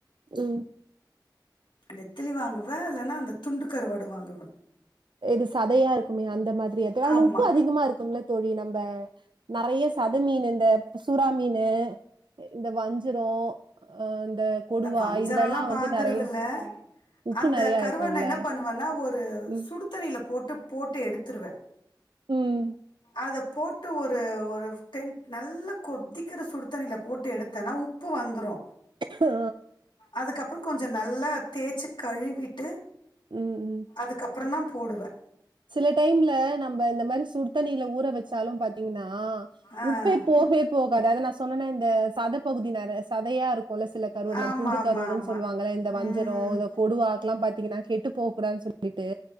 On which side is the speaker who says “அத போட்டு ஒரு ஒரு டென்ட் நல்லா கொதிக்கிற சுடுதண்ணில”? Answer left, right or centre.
Left